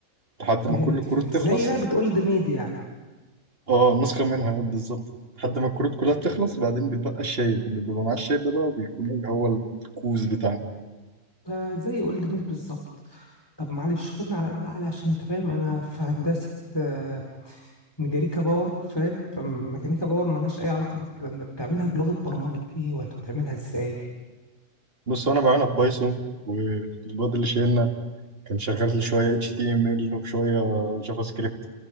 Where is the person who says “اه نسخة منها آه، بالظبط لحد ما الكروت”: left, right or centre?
Right